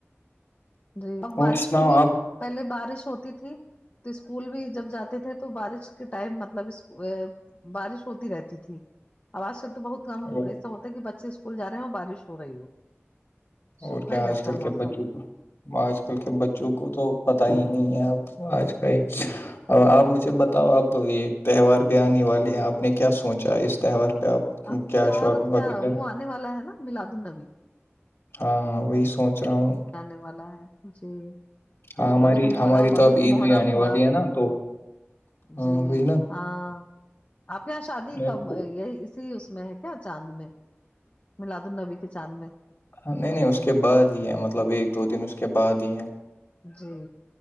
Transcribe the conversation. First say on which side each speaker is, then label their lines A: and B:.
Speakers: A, on the left (about 40°); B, on the left (about 65°).
A: جی اب بارش
B: اور سناؤ
A: میں بھی
B: آپ
A: پہلے بارش ہوتی تھی تو اسکول بھی جب جاتے تھے تو بارش کے ٹائم مطلب بارش ہوتی رہتی تھی آوج کل تو بہت کم
B: اور
A: ایسا ہوتا ہے کہ بچے اسکول جا رہے ہیں اور بارش ہو رہی ہو
B: اور
A: سوکھا
B: کیا
A: ہی رہتا
B: آج کل
A: ہے
B: کے
A: موسم
B: بچوں کو آج کل کے بچوں کو تو پتا ہی نہیں ہے اب آج ک ہی آپ مجھے بتاؤ آپ یہ تہوار بھی آنے والے ہیں آپ نے کیا سوچا اس تہوار پہ آپ
A: اب
B: کیا
A: تیوار
B: شاپنگ
A: اب
B: واپنگ
A: کیا
B: کر
A: وہ آنے والا ہے نا میلاد النبی
B: ہاں ہاں وہی سوچ رہا ہوں
A: آنے والا ہے جی
B: ہاں
A: اب
B: ہماری
A: ابھی تو محرم
B: ہماری
A: ابھی
B: اب
A: تو
B: عید
A: محرم
B: بھی آنے
A: ہوا
B: والی ہے نا تو ہاں
A: جی
B: وہی
A: ہاں آپ کے یہاں شادی کب
B: نا
A: یہ سی اس میں ہے کیا چاند میں ملاد النبی کے چاند میں
B: ہاں نہیں نہیں اس کے بعد ہی ہے مطلب ایک دو دن اس کے بعد ہی ہے
A: جی